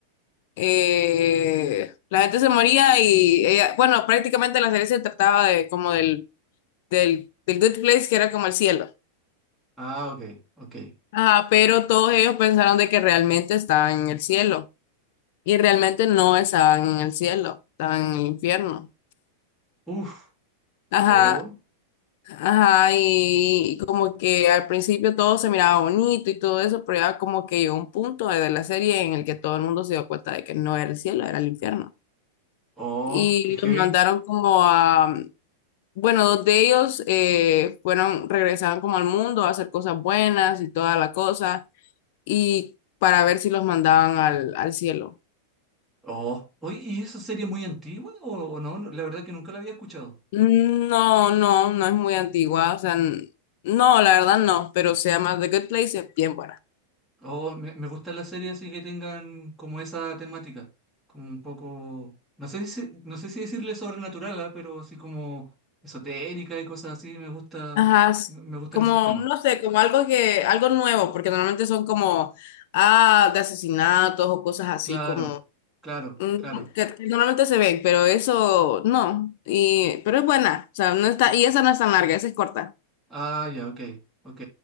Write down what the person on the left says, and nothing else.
eh, la gente se moría y ella- bueno, prácticamente la serie se trataba de como del del, del Good Place, que era como el cielo.
Ajá, pero todos ellos pensaron de que realmente estaban en el cielo y realmente no estaban en el cielo, estaban en el infierno.
Ajá,
ajá, y, y como que al principio todo se miraba bonito y todo eso, pero ya como que llegó un punto de la serie en el que todo el mundo se dio cuenta de que no era el cielo, era el infierno.
Y
los mandaron como a, bueno, dos de ellos eh, fueron, regresaron como al mundo a hacer cosas buenas y toda la cosa y para ver si los mandaban al, al cielo.
Mm, No, no, no es muy antigua, o sea, n- no, la verdad no, pero se llama The Good Place, es bien buena.
Ajá, es
como,
no sé, como algo que, algo nuevo, porque normalmente son como, ah, de asesinatos o cosas así,
como,
mm,
que, que normalmente se ven, pero eso, no, y, pero es buena, o sea, no está, y esa no es tan larga, esa es corta.